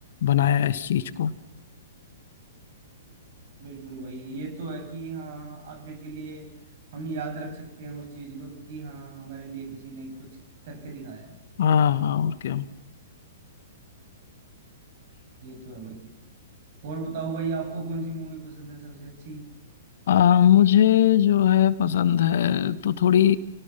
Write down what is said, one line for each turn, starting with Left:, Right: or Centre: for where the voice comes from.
Left: बनाया इस चीज को
Right: बिल्कुल भाई ये तो है कि हाँ आगे के लिए हम याद रख सकते हैं उस चीज को कि हाँ हमारे लिए किसी ने कुछ करके दिखाया है
Left: हाँ हाँ और क्या
Right: ये तो है भाई और बताओ भाई आपको कौन सी मूवी पसंद है सबसे अच्छी
Left: <clears throat> अ, मुझे जो है पसंद है तो थोड़ी